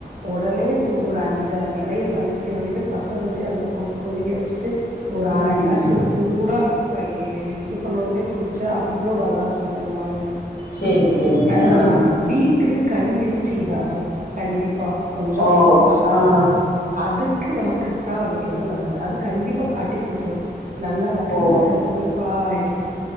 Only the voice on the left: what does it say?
ம்
சேரி சேரிங்க
ஆ
ஓ
ஆ
ஓ